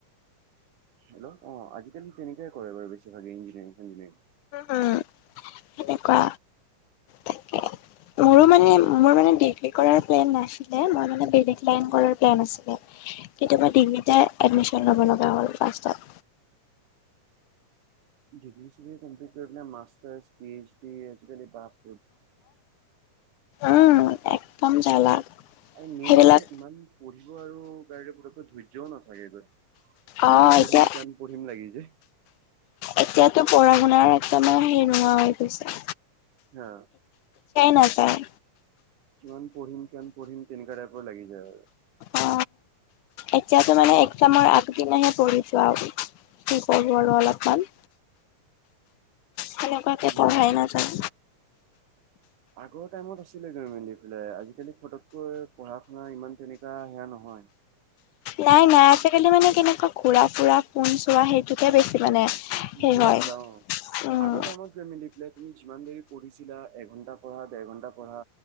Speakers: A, on the right (about 75°); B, on the left (about 75°).
A: হেল্ল, অ আজিকালি তেনেকে কৰে বাৰু বেছিভাগে ইঞ্জিনিয়াৰিং চিঞ্জিনিয়াৰিং।
B: উম, সেনেকুৱা তাকে মোৰো। মানে মোৰ মানে ডিগ্ৰী কৰ প্লেন নাছিলে, মই মানে বেলেগ লাইন কৰা প্লেন আছিলে। তেতিয়াপা ডিগ্ৰীতে এডমিশন লব লগা হ'ল লাষ্টত।
A: ডিগ্ৰী চিগ্ৰী কমপ্লিট কৰি পেলাই মাষ্টাৰ পি এইচ ডি আজিকালি পাপ
B: উম একদম জালা।
A: আৰু মেইন
B: সেইবিলাক
A: কথা ইমান পঢ়িব আৰু কাৰে পকৈ ধৈৰ্যও নাথাকেগৈ। কিমান
B: অ
A: পঢ়িম
B: এতিয়া
A: কিমান পঢ়িম লাগি যায়।
B: এতিয়াতো পঢ়া শুনাৰ একদমানে হেৰি নোহোৱা হৈ গৈছে।
A: হা।
B: নাযায়।
A: কিমান পঢ়িম, কিমান পঢ়িম তেনেকুৱা টাইপৰ লাগি যায় আৰু। <unintelligible>
B: অ এতিয়াতো মানে এক্সামৰ আগদিনাহে পঢ়িছো আৰু কি কৰো আৰু অলপমান। সেনেকুৱাকে
A: ন
B: পঢ়াই নাযায়।
A: আগৰ টাইমত আছিলে গৈ মেলিফেলাই আজিকালি ফতককৈ পঢ়া শুনা ইমান তেনেকা সেয়া নহয়।
B: নাই, নাই আজিকালি মানে কেনেকুৱা ঘূৰা ফুৰা ফোন চোৱা সেইটোকে বেছি মানে। সেই
A: ঘুৰা
B: হয়
A: ফুৰা অ'
B: উম
A: আগৰ টাইমত। ফে মিলি পেলাই তুমি যিমান দেৰি পঢ়িছিলা এঘণ্টা পঢ়া, দেৰ ঘণ্টা পঢ়া।